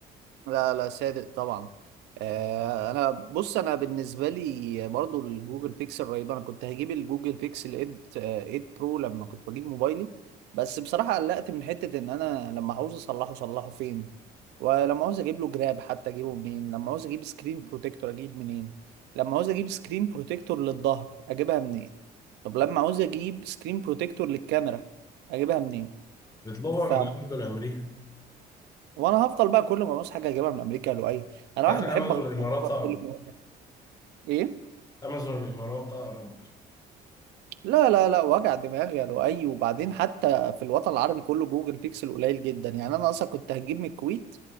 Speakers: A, on the right; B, on the left.
A: لا لا صادق طبعا آه انا بص انا بالنسبه لي برضو الجوجل بيكسل رهيب انا كنت هجيب الجوجل بيكسل 8 آه، 8 برو لما كنت بجيب موبايلي بس بصراحه قلقت من حته ان انا لما عاوز اصلحه اصلحه فين ولما عاوز اجيب له جراب حتى اجيبه منين لما عاوز اجيب سكرين بروتكتور اجيب منين لما عاوز اجيب سكرين بروتكتور للظهر اجيبها منين طب لما عاوز اجيب سكرين بروتكتور للكاميرا اجيبها منين
B: بيطلبها
A: ف
B: من امازون امريكا
A: وانا هفضل بقى كل ما ابص حاجه اجيبها من امريكا يا لؤي انا
B: حتى
A: واحد بحب
B: امازون
A: اغير
B: الامارات اقرب
A: كل ما ايه
B: امازون الامارات اقرب
A: لا لا لا وجع دماغ يا لؤي وبعدين حتى في الوطن العربي كله جوجل بيكسل قليل جدا يعني انا اصلا كنت هجيب من الكويت